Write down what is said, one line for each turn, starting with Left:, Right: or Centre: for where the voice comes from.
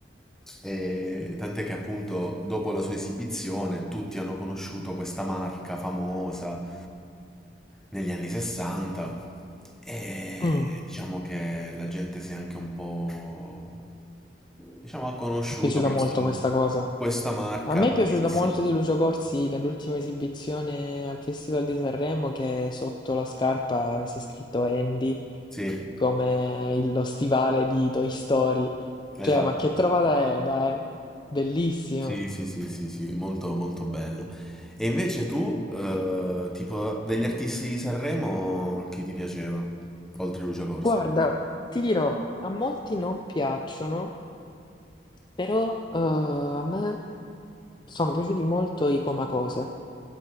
Centre: e tant'è che appunto dopo la sua esibizione tutti hanno conosciuto questa marca famosa negli anni 60 e
Left: Mm,
Centre: diciamo che la gente si è anche un po' Diciamo ha conosciuto
Left: è piaciuta
Centre: questo-
Left: molto questa cosa.
Centre: questa marca
Left: A me è
Centre: anni
Left: piaciuto
Centre: 60.
Left: molto di Lucio Corsi nell'ultima esibizione al Festival di Sanremo che sotto la scarpa avesse scritto Andy.
Centre: Sì,
Left: come il- lo stivale di Toy Story.
Centre: esatto.
Left: Cioè, ma che trovata è, dai? Bellissimo.
Centre: Sì, sì, sì, sì, sì, molto, molto bello. E invece tu, eh, tipo, degli artisti di Sanremo, chi ti piaceva? Oltre Lucio Corsi.
Left: Guarda, ti dirò, a molti non piacciono, però eh, a me sono piaciuti molto i Comacose.